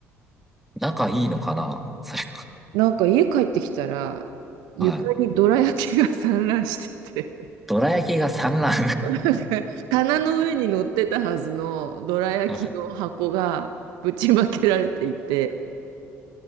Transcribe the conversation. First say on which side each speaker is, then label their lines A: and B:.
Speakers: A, in the centre; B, on the right.
A: 仲いいのかなそれ
B: なんか家帰ってきたら、床にどら焼きが散乱してて
A: は。はい。どら焼きが産卵。
B: なんか棚の上に乗ってたはずのどら焼きの箱がぶちまけられていて、
A: <laughs> はい。